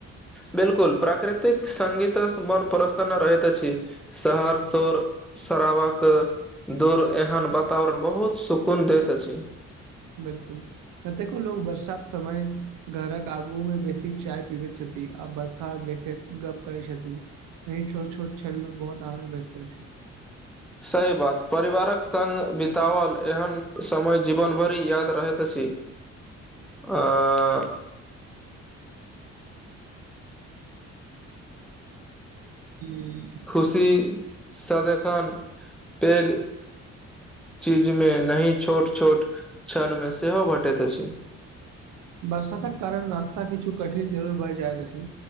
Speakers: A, in the centre; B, on the right.
A: बिल्कुल प्राकृतिक संगीत स मन प्रसन्न रहैत अछि शहर सोर सरावा कऽ दूर एहन वातावरण बहुत सुकून दैत अछि
B: बिल्कुल कतेको लोग वर्षाक समय घरक आगू में बेसी चाय पीबैत छथि आ बर्खा देखैत गप करै छथि अय छोट छोट छनमे बहुत आनंद भेटैत अछि
A: सही बात परिवारक संग बिताबल एहन समय जीवन भरि याद रहैत अछि <unintelligible>
B: <unintelligible>
A: खुशी सदिखन पेघ चीजमे नहि छोट छोट क्षणमे सेहो भेटैत अछि
B: बरसातक कारण रास्ता किछु कठिन जरूर भए जाएत अछि